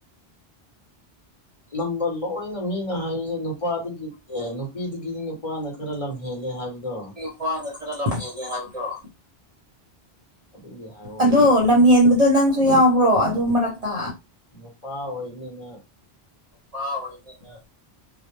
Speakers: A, on the left (about 35°); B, on the right (about 40°).
A: ꯅꯝꯕ ꯂꯣꯏꯅ ꯃꯤꯅ ꯍꯥꯏ ꯁꯦ ꯅꯨꯄꯥꯗꯒꯤ ꯑꯦ ꯅꯨꯄꯤꯗꯒꯤꯗꯤ ꯅꯨꯄꯥꯅ ꯈꯔ ꯂꯝ ꯍꯦꯜꯂꯦ ꯍꯥꯏꯕꯗꯣ
B: ꯅꯨꯄꯥꯅ ꯈꯔ ꯂꯝ ꯍꯦꯟꯂꯦ ꯍꯥꯏꯕꯗꯣ
A: ꯑꯗꯨꯒꯤ ꯍꯥꯏꯕ
B: ꯑꯗꯣ
A: ꯋꯥꯅꯤꯗ
B: ꯂꯝꯍꯦꯟꯕꯗꯣ ꯅꯪꯁꯨ ꯌꯥꯎꯕ꯭ꯔꯣ ꯑꯗꯨ ꯃꯔꯛꯇ
A: ꯅꯨꯄꯥ ꯑꯣꯏꯅꯤꯅ
B: ꯅꯨꯄꯥ ꯑꯣꯏꯅꯤꯅ